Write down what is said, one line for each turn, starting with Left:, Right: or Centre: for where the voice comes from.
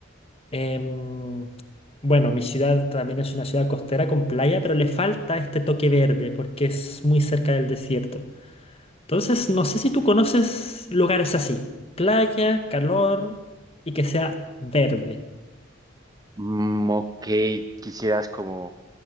Left: Em, bueno, mi ciudad también es una ciudad costera con playa, pero le falta este toque verde porque es muy cerca del desierto. Entonces, no sé si tú conoces lugares así. Playa, calor y que sea verde.
Right: Mm, ok, quisieras como